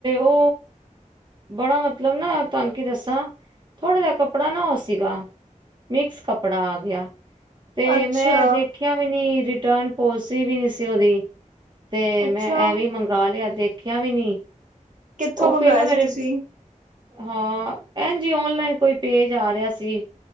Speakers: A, on the right; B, on the right.
A: ਓ, ਬੜਾ, ਮਤਲਬ ਨਾ ਤੁਹਾਨੂੰ ਕੀ ਦੱਸਾਂ, ਥੋੜ੍ਹਾ ਜਾ ਕੱਪੜਾ ਨਾ ਉਹ ਸੀਗਾ। ਮਿਕਸ ਕੱਪੜਾ ਆ ਗਿਆ। ਤੇ,
B: ਅੱਛਾ
A: ਮੈਂ ਦੇਖਿਆ ਵੀ ਨੀ ਰਿਟਰਨ ਪੋਲਿਸੀ ਵੀ ਨੀ ਸੀ ਉਹਦੀ। ਤੇ,
B: ਅੱਛਾ
A: ਮੈਂ ਐਵੇਂ ਮੰਗਾ ਲਿਆ ਦੇਖਿਆ ਵੀ ਨਹੀਂ।
B: ਕਿੱਥੋਂ ਮੰਗਵਾਇਆ
A: ਫਿਰ ਨਾ ਮੇਰੇ
B: ਸੀ ਤੁਸੀਂ
A: ਹਾਂ, ਅੰਜੀ ਔਨਲਾਈਨ ਕੋਈ ਪੇਜ ਆ ਰਿਹਾ ਸੀ,